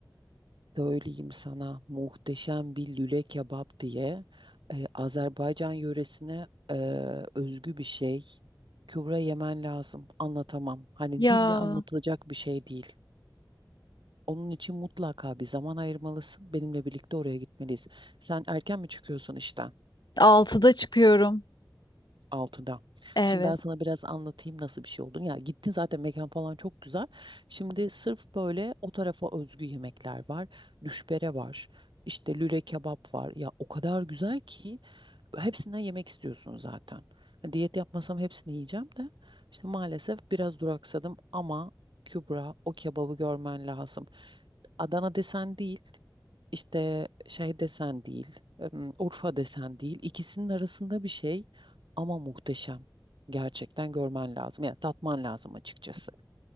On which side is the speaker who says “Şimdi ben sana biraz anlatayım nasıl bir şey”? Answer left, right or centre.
Right